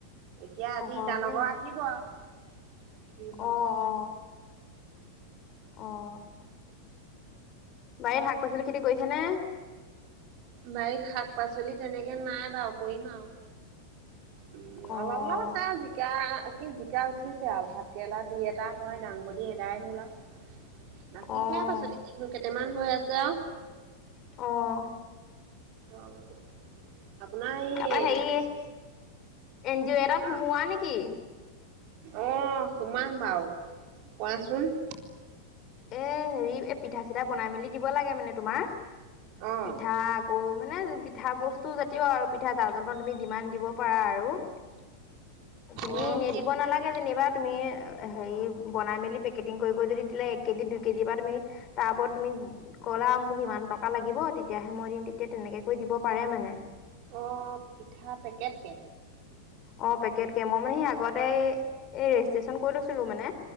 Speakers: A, on the right; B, on the left.
A: এতিয়া আজি
B: অ হয়
A: ইটানগৰ
B: নি
A: আহিব আও, কি হয়।
B: অ অ অ'। বাৰীত শাক-পাচলি খেতি কৰিছে নে?
A: বাৰীত শাক-পাচলি তেনেকে নাই বাৰু কৰিম আওঁ। উম,
B: অ',
A: অলপ অলপ আছে আও জি জিকা, কি জিকা উঠিছে আৰু ভাতকেৰেলা দুই এটা হয়, দাংবদী এদাই হ'ল আওঁ। বাকী
B: অ'।
A: সেয়া পাচলি, তিহু কেইটামান হৈ আছে আও।
B: অ'।
A: অ'। আপোনাৰ এই,
B: তাৰপা হেৰি এন জি এটাত সোমোৱা
A: অ'
B: নেকি?
A: অ', সোমাম বাৰু কোৱাচোন।
B: এ, হেৰি এ, পিঠা-চিঠা বনাই মেলি দিব লাগে মানে তোমাৰ,
A: অ'।
B: পিঠা কৌ, মানে পিঠা বস্তু জাতীয় আৰু পিঠা জা-জলপান তুমি যিমান দিব পাৰা আৰু। তুমি
A: অ',
B: ইনে
A: সেইটোহে
B: দিব নালাগে
A: নেকি?
B: যেনিবা, তুমি হেৰি বনাই মেলি পেকেটিং কৰিব যদি দিলে, এক কেজি দুই কেজিৰ পৰা তুমি তাৰ ওপৰত তুমি ক'লা মোক ইমান টকা লাগিব তেতিয়াহে মই দিম তেতিয়া তেনেকে কৰি দিব পাৰে মানে।
A: অ', পিঠা পেকেটকে
B: অ পেকটকে মই মানে সেই আগতে ৰেজিষ্ট্ৰচন কৰি লৈছিলো মানে।